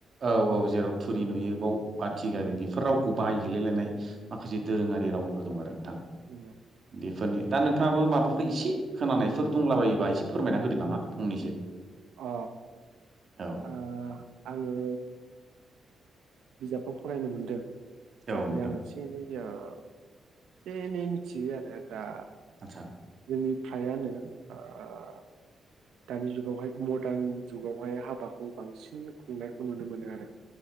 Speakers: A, on the right; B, on the right.
A: औ औ जेराव थुरि नुयो बाव बाथि गारो बेफोर रावखौ
B: औ
A: बाहायहैलाय लायनाय माखासे दोरोङारि रावफोर दं आरो नोंथां
B: <unintelligible>
A: बेफोरनि दा नोंथाङाबो माबाफोर एसे खोनानायफोर दंलाबायोबा एसे फोरमायना होदो नामा फंनैसो
B: अ
A: औ
B: ओ ‌आङो बिजाबखौ फरायनो मोन्दों हिसाबै
A: औ नोंथां
B: आङो एसे एसे एनै मिथियो आरो दा
A: आदसा
B: जोंनि फायानो ओ दानि जुगावहाय मदार्न जुगावहाय हाबाखौ बांसिन खुंनायखौ नुनो मोनो आरो